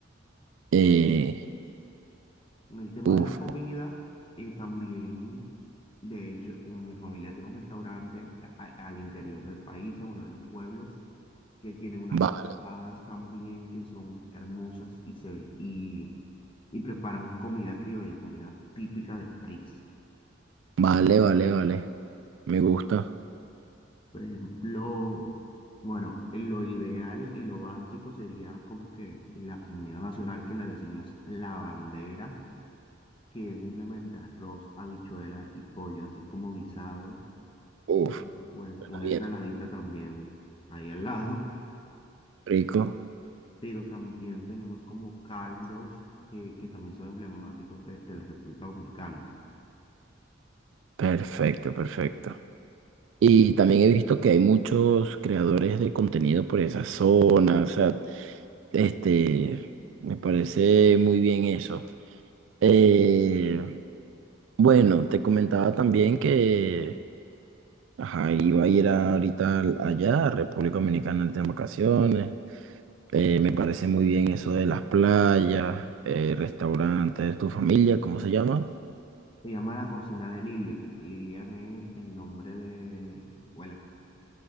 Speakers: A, on the right; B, on the left.
A: Eh,
B: En el tema
A: uf,
B: de la comida, eh, también, de hecho, un- mi familia tiene un restaurante a- al interior del país, en uno de los pueblos, que tiene unas
A: vale,
B: asadas también que son hermosas y se ve, y, y preparan comida criolla, comida típica del país.
A: vale, vale, vale. Me gusta.
B: Por ejemplo, bueno, lo ideal y lo básico sería como que la comida nacional que le decimos la bandera, que es simplemente arroz, habichuela y pollo, así como guisado.
A: Uf,
B: Bueno, Pues
A: suena
B: una
A: bien.
B: ensaladita también ahí al lado,
A: Rico.
B: pero también tenemos como caldos que, que también son emblemáticos de, de la República Dominicana.
A: Perfecto, perfecto. Y también he visto que hay muchos creadores de contenido por esa zona. O sea, este, me parece muy bien eso. Eh, Bueno, te comentaba también que ajá, iba a ir a- ahorita al- allá, a República Dominicana, ahorita en vacaciones. Eh, me parece muy bien eso de las playas, eh, restaurantes, tu familia, ¿cómo se llama?
B: Se llama la cocina de Lilian. Lilian es el nombre de la abuela.